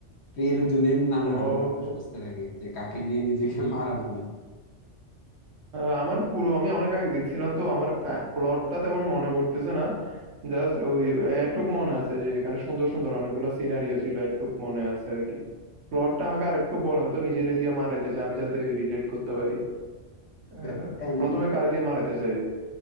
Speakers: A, on the left; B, on the right.
A: তো এর জন্য নানা
B: ও
A: রকম মানুষ খুঁজতে থাকে যে কাকে দিয়ে নিজেকে মারানো যায়
B: আহ, আমার পুরো আমি অনেক আগে দেখছিলাম তো আমার প্লটটা তেমন মনে পড়তেছে না জাস্ট ওই এটুক মনে আছে যে এখানে সুন্দর সুন্দর অনেকগুলো সিনারিও ছিল এটুক মনে আছে আর কি প্লটটা আমাকে আরেকটু বলেন তো নিজের দিয়ে মারাইতে চাই আমি যাতে রিলেট করতে পারি আহ,
A: ব্যাপারটা এমন
B: প্রথমে
A: যে
B: কারে দিয়ে মারাইতে চাই